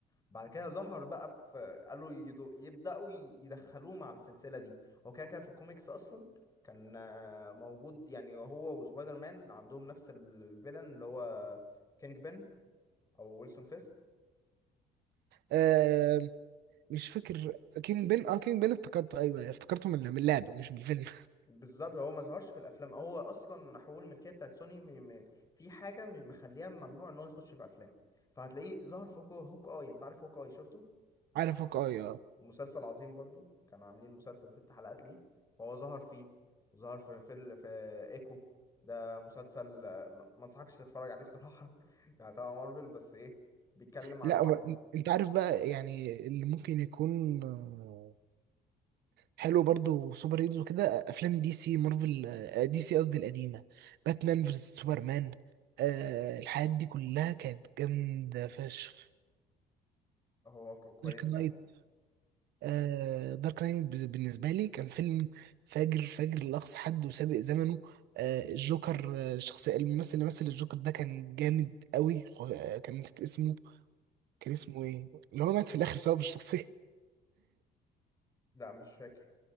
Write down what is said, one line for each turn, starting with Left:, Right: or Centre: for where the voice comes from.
Left: بعد كده ظهر بقى في قالوا يدو... يبداوا ي- يدخلوه مع السلسله دي هو كده كده في الكوميكس اصلا كان آه، موجود يعني هو وسبايدر مان عندهم نفس ال- الفيلن اللي هو كينج بن او ويلسون فيسك
Right: آه مش فاكر كينج بين اه كينج بين افتكرته ايوه أيوة، افتكرته من من اللعبه مش من الفيلم
Left: بالظبط هو ما ظهرش في الافلام هو اصلا حقوق الملكيه بتاعت سوني م... م... في حاجه م- مخليها ممنوع ان هو يخش في افلام فهتلاقيه ظهر في هوك هوك اي انت عارف هوك اي شفته
Right: <laughs> عارفك اه يا
Left: مسلسل عظيم برضو كانوا عاملين مسلسل ست حلقات ليه فهو ظهر فيه وظهر في في, ال... في ايكو ده مسلسل آه، ما ما انصحكش تتفرج عليه بصراحه <laughs> يعني تبع مارفل بس ايه بيتكلم عن
Right: لا
Left: واحده
Right: هو إن- انت عارف بقى يعني اللي ممكن يكون آه، حلو برضو سوبر هيروز وكده افلام دي سي مارفل آه، دي سي قصدي القديمه باتمان فيرس سوبرمان آه الحاجات دي كلها كانت جامده فشخ
Left: هو ك- كويس
Right: دارك نايت
Left: فعلا
Right: آه دارك نايت بالنسبة لي كان فيلم فاجر فاجر لأقصى حد وسابق زمنه آه الجوكر آه، الشخصية الممثل اللي مثل الجوكر ده كان جامد قوي خو- آه كان نسيت اسمه كان اسمه ايه اللي هو مات في الآخر بسبب الشخصية <laughs>
Left: لا مش فاكر